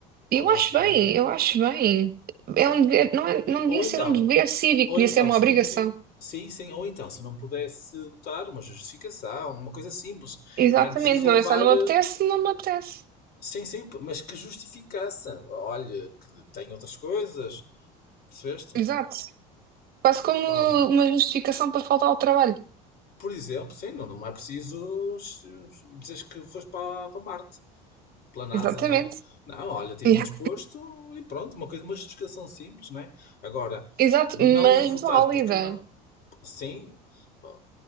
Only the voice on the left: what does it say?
Olha lá
o que
é.
Ou então,
ou
então,
se
não puder. Sim, sim, ou então, se não pudesse botar uma justificação, uma coisa simples,
não era preciso
levar.
eh,
Sim, sim, mas que justificasse. Olha, que tem outras coisas, percebeste?
Ó,
por exemplo, sim, não, não é preciso dizer que foste para, para Marte, pela NASA,
não é? Não, olha, estive
indisposto e pronto, uma coisa, uma justificação simples, não é? Agora,
não
ir votar
porque não. Sim, bom,